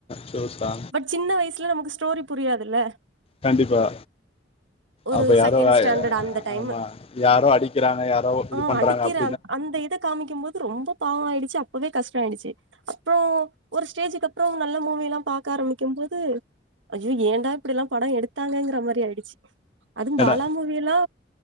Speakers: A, on the left; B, on the right.
A: ஜூஸ்ஸா
B: பட் சின்ன வயசுல நமக்கு ஸ்டோரி புரியாதுல்ல
A: கண்டிப்பா
B: ஒரு
A: அப்ப யாரோ
B: செகண்ட் ஸ்டாண்டர்ட் அந்த டைம்
A: ஆமா யாரோ அடிக்கிறாங்க யாரோ இது
B: ஆ
A: பண்றாங்க
B: அடிக்கிற
A: அப்
B: அந்த இத காமிக்கும்போது ரொம்ப பாவோ ஆய்டுச்சி அப்பவே கஷ்டோ ஆய்டுச்சி அப்றோ ஒரு ஸ்டேஜ்ஜிக்கு அப்றோ நல்ல மூவி எல்லா பாக்க ஆரம்பிக்கு போது ஐயோ ஏண்டா இப்டில்லா படோ எடுத்தாங்கங்ற மாரி ஆய்டுச்சி அதுவு
A: ஏன்டா
B: பாலா மூவி இப்டி எல்லா